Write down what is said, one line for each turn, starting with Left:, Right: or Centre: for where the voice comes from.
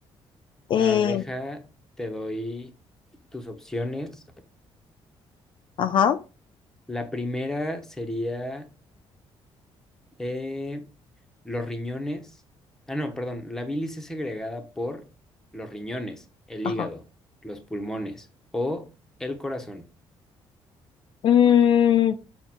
Left: eh,
Centre: A ver, deja, te doy tus opciones.
Left: ajá,
Centre: La primera sería eh, los riñones. Ah, no, perdón. La bilis es segregada por los riñones, el
Left: ajá.
Centre: hígado, los pulmones o el corazón.
Left: Mm,